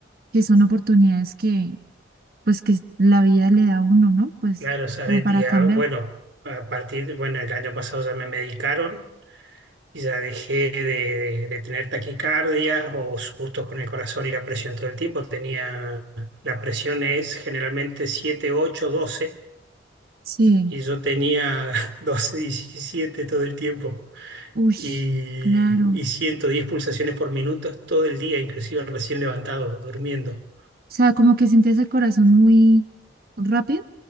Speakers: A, on the right; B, on the right.
A: que son oportunidades que pues que la vida le da a uno, ¿no? Pues
B: claro, Saret,
A: como para
B: ya,
A: cambiar.
B: bueno, a partir de- bueno, el año pasado ya me medicaron y ya dejé de, de- de tener taquicardias o sustos con el corazón y la presión todo el tiempo. Tenía, la presión es generalmente 7 8 doce
A: Sí,
B: y yo tenía <laughs> 12 17 todo el tiempo
A: uy,
B: y,
A: claro.
B: y 110 pulsaciones por minuto todo el día, inclusive recién levantado, durmiendo.
A: O sea, como que sientes el corazón muy rápido.